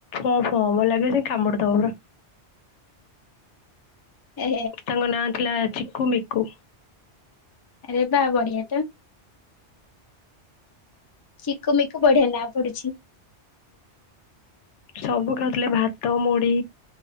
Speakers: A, on the left; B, on the left.
A: ହଁ-ହଁ <unintelligible> ଲାଗେ ସେ କାମୁଡିଦବା ପୁରା।
B: ଏ
A: ତାଙ୍କ ନାଁ ଥିଲା ଚିକୁ ମିକୁ।
B: ରେ ବା ବଢିଆ ତ ଚିକୁ ମିକୁ ବଢିଆ ନାଁ ପଡୁଛି।
A: ସବୁ ଖାଉଥିଲେ ଭାତ, ମୁଢ